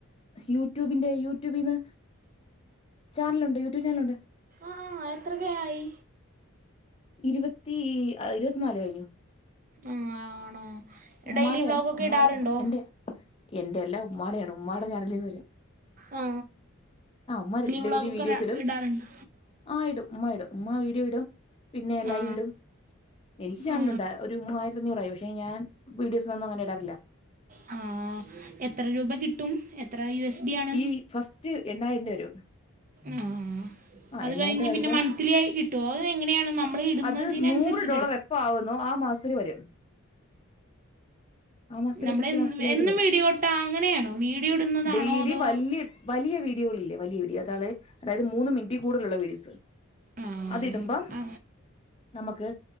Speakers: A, on the left; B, on the right.
A: യൂട്യൂബിന്റെ യൂട്യൂബീന്ന് ചാനലുണ്ട് യൂട്യൂബ് ചാനലുണ്ട്.
B: ആഹ് എത്ര കെ ആയി?
A: ഇരുപത്തി ഇരുപത്തിനാല് കഴിഞ്ഞു.
B: ആഹ് ആണോ
A: ഉമ്മാടെയാണ്
B: ഡെയിലി ബ്ലോഗൊക്കെ
A: ഉമ്മാടെ
B: ഇടാറുണ്ടൊ?
A: എന്റെ എന്റെ അല്ലാ ഉമ്മാടെയാണ് ഉമ്മാടെ ചാനലിൽ നിന്ന് വെരാ
B: ആ
A: ആഹ് ഉമ്മ ഡെയിലി
B: വ്ളോഗൊക്കെ
A: വീഡിയോസ്
B: ര
A: ഇടും
B: ഇടാറുണ്ട്
A: ആ ഇടും. ഉമ്മ ഇടും ഉമ്മ വീഡിയോ ഇടും പിന്നെ ലൈവ്
B: ആ
A: ഇടും. എനിക്ക് ചാനലുണ്ട്
B: ആ
A: ഒരു മൂവായിര ത്തഞ്ഞൂറായി പക്ഷെ ഞാൻ വീഡിയോസ് ഒന്നും അങ്ങനെ ഇടാറില്ല.
B: ഹാ എത്ര രൂപ കിട്ടും? എത്ര യു എസ് ബി ആണ്?
A: ഈ ഫസ്റ്റ് എണ്ണായിരം രൂപ വരും
B: ആഹ്.
A: ആ
B: അത്
A: എണ്ണായിരം
B: കഴിഞ്ഞ്
A: രൂപ വരുമ്പോ
B: പിന്നെ മന്ത്‌ലി ആയി കിട്ടൊ? അത് എങ്ങനെയാണ് നമ്മള് ഇടുന്നതിന്
A: അത് നൂറ്
B: അനുസരിച്ച്
A: ഡോളർ എപ്പൊ ആകുന്നോ ആ മാസത്തിൽ വരും. ആ മാസത്തിലെ
B: നമ്മടെ
A: പിറ്റേ മാസത്തിലായിട്ട്
B: എന്നും
A: വരും
B: വീഡിയോട്ടാ അങ്ങനെയാണോ വീഡിയോ ഇടുന്നതാണോ
A: ഡെയിലി
B: അതോ?
A: വലിയ വലിയ വീഡിയോകളില്ലേ വലിയ വീഡിയോ അതാളെ അതായത് മൂന്ന് മിനിറ്റി കൂ കൂടുതലുള്ള വീഡിയോസ്
B: ആ
A: അത് ഇടുമ്പം
B: ആ
A: നമുക്ക്